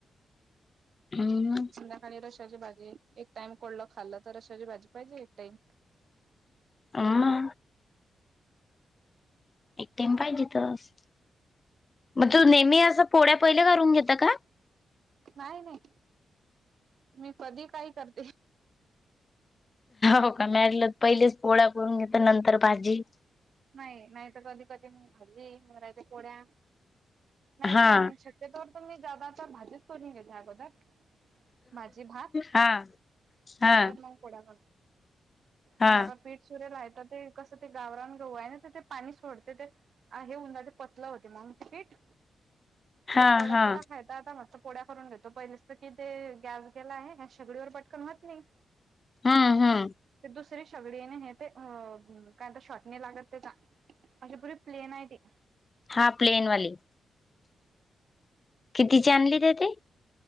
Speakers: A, on the left; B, on the right.
A: हम्
B: संध्याकाळी रशाची भाजी एक टाइम कोरडं खाल्ल तर रशा ची भाजी पाहिजे एक टाइम
A: हम एक टाईम पाहिजे तस मग तू नेहमी असं पोळ्या पहिल्या करून घेता का
B: नाही नाही मी कधीही काही करते
A: हो का मी आपलं पहिलेच पोळ्या करून घेते नंतर भाजी
B: नाही नाहीत कधी कधी भाजी ही कोड्या नाहीत
A: हा.
B: शक त्याच्यावर तुम्ही जादा भाजीच करून घेताय अगोदर भाजी भात
A: हा हा
B: नंतर मग
A: हा
B: पण आता पीठ सुरे ते कस ते गावरान ऊ आहे ना तर ते पाणी सोडते ते आहे होऊन जाते पतलं होते मग पीठ म
A: हा
B: ते कडक
A: हा
B: कडक खायचं आता मस्त फोड्या करून घेतो पहिलीच तर कि ते गॅस गेला आहे शेगडी वर पटकन होत नाही
A: हम्म हम्म.
B: ते दुसरी शेगडीने हे ते अ काय शॉट नाही लागत ते अशी पुरी प्लेन आहे ते
A: हा प्लेन वाली कितीचे आणली ते ते